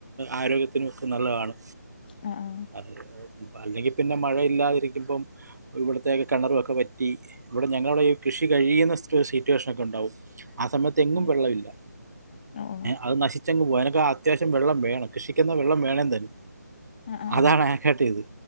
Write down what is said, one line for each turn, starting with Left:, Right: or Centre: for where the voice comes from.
Right: ആരോഗ്യ <unintelligible> നല്ലതാണ്
Left: ആ ആ
Right: അത് അല്ലെങ്കിൽ പിന്നെ മഴയില്ലാതിരിക്കുമ്പം ഇവിടുത്തേക്ക കിണറുമൊക്കെ പറ്റി ഇവിടെ ഞങ്ങള ഈ കൃഷി കഴിയുന്ന സിറ്റ് സിറ്റുവേഷനൊക്കെ ഉണ്ടാവും ആ സമയത്ത് തെങ്ങും
Left: അതെ
Right: വെള്ളമില്ല
Left: ഓഹ്
Right: അത് നശിച്ചെങ്ങ് പോക അതിന് അത്യാവശ്യം വെള്ളം വേണം കൃഷിക്കുന്ന വെള്ളം വേണേ തൻ
Left: ആഹ് ആഹ്
Right: അതാണ് ആക്കാട്ടീത്